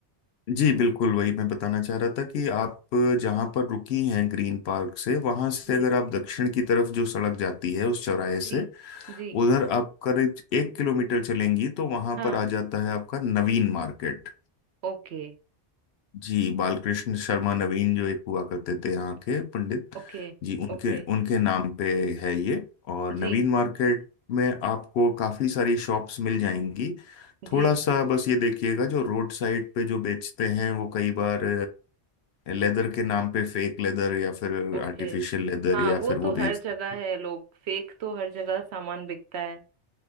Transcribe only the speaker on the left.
जी बिल्कुल वही मैं बताना चाह रहा था कि आप जहाँ पर रुकी हैं ग्रीन पार्क से वहां से
अगर आप दक्षिण की तरफ जो सड़क जाती है उस चौराहे
से
उधर आप करीब एक किलोमीटर चलेंगी तो वहां
पर आ जाता है आपका नवीन मार्केट
जी बालकृष्ण शर्मा नवीन जो एक हुआ करते थे यहाँ के पंडित
जी उनके
उनके नाम पे है ये और
नवीन मार्केट में आपको काफ़ी सारी शॉप्स मिल जाएंगी
थोड़ा सा बस ये देखिएगा जो रोड साइड पे जो बेचते हैं वो कई बार लेदर के नाम पे फेक लेदर या फिर
आर्टिफिशियल लेदर
या
फिर वो
बेचते
हैं